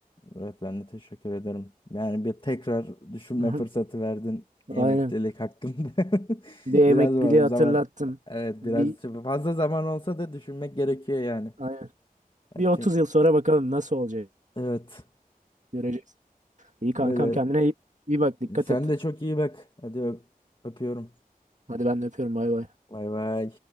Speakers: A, on the left; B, on the right.
A: Evet ben de teşekkür ederim. Yani bir tekrar düşünme
B: <laughs>
A: fırsatı verdin emeklilik
B: Aynen.
A: hakkında.
B: Bir emekliliği
A: <laughs> Biraz bu
B: hatırlattın.
A: zaman evet
B: Bir
A: biraz fazla zaman olsa da düşünmek gerekiyor yani.
B: aynen.
A: Ya
B: Bir 30
A: çünkü-
B: yıl sonra bakalım nasıl olacak.
A: evet
B: Göreceğiz. İyi kankam
A: öyle.
B: kendine iyi, iyi bak dikkat
A: Sen
B: et.
A: de çok iyi bak. Hadi öp- öpüyorum.
B: Hadi ben de öpüyorum bay bay.
A: Bay bay.